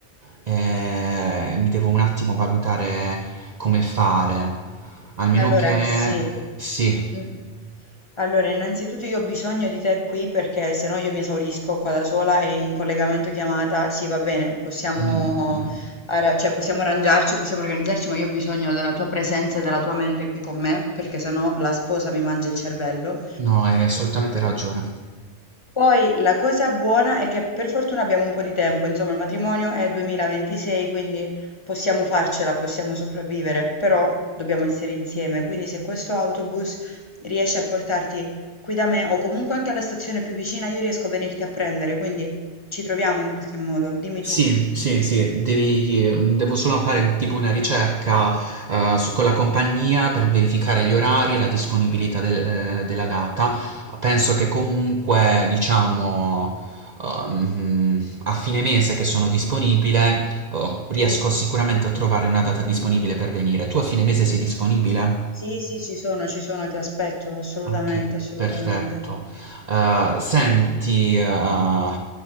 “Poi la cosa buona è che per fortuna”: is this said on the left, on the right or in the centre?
Left